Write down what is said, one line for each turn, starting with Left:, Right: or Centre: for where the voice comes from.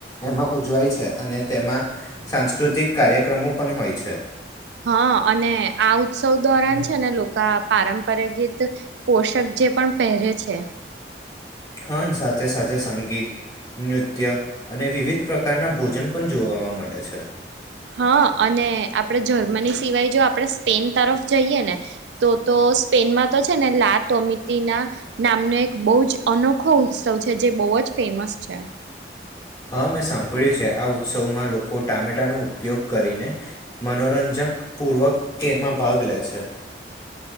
Left: એમાં ઉજવાય છે અને તેમાં સાંસ્કૃતિક કાર્યક્રમો પણ હોય છે
Right: હા અને આ ઉત્સવ દોરાન છે ને લોકો પારંપર ગીત પોષક જે પણ પહેરે છે
Left: હા સાથે સાથે સંગીત નૃત્ય અને વિવિધ પ્રકારના ભોજન પણ જોવાવામાં મળે છે
Right: હા અને આપણે જર્મની સિવાય જો આપણે સ્પેન તરફ જઈએ ને તો તો સ્પેનમાં તો છે ને લા તોમિતના નામનો એક બહુ જ અનોખો ઉત્સવ છે જે બહુ જ ફેમસ છે
Left: હા મેં સાંભળ્યું છે આ ઉત્સવમાં લોકો ટામેટાનો ઉપયોગ કરીને મનોરંજક પૂર્વકમાં ભાગ લે છે